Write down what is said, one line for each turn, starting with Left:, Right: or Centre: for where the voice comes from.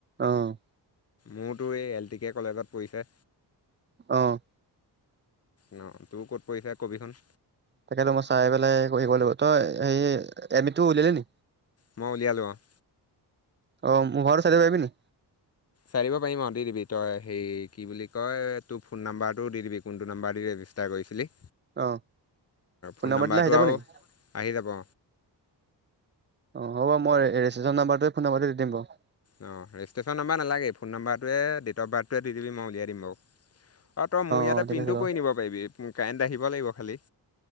Right: অ', অ',
Left: মোৰতো এই এল টি কে কলেজত পৰিছে।
Right: অ'।
Left: অ', তোৰ ক'ত পৰিছে কবিচোন?
Right: তাকে মই চাই পেলাই কৈ দিব লাগিব, তই হে এডমিটটো উলিয়ালি নি?
Left: মই উলিয়ালোঁ, অ'।
Right: অ', মোৰ ঘৰত <unintelligible> নি?
Left: চাই দিব পাৰিম আৰু দি দিবি, তই হেৰি কি বুলি কয় তোৰ ফোন নাম্বাৰটো দি দিবি। কোনটো নাম্বাৰ দি ৰেজিষ্টাৰ কৰিছিলি
Right: অ',
Left: ফোন
Right: নম্বৰ
Left: নাম্বাৰটো
Right: দিলে আহি যাব
Left: আৰু
Right: নেকি?
Left: আহি যাব।
Right: অ', হ'ব মই ৰেজিষ্টেশ্যন নাম্বাৰতোৱে, ফোন নাম্বাৰতোৱে দি দিম বাৰু।
Left: অ', ৰেজিষ্টেশ্যন নাম্বাৰ নালাগেই ফোন নাম্বাৰটোৱে, ডেট অফ বাৰ্থটোৱে, দি দিব মই উলিয়াই দিম বাৰু। অ', তই মোৰ ইয়াতে
Right: অ', ঠিক
Left: প্ৰিণ্টো
Right: আছে বাৰু
Left: কৰি নিব পাৰিবি, কাৰেণ্ট আহিব লাগিব খালী।